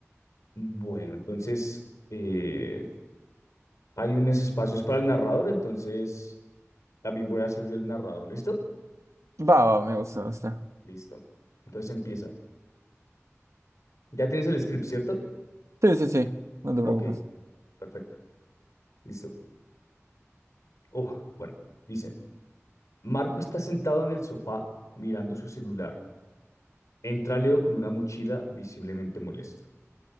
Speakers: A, on the left; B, on the right.
A: Bueno, entonces, eh, hay unos espacios para el narrador, entonces también voy a ser yo el narrador, ¿listo?
B: Va, va, me gusta, me gusta.
A: Listo. Entonces empieza. ¿Ya tienes el script, cierto?
B: Sí, sí, sí, no te preocupes.
A: Ok, perfecto. Listo. Oh, bueno, dice. Marco está sentado en el sofá mirando su celular. Entra Leo con una mochila visiblemente molesto.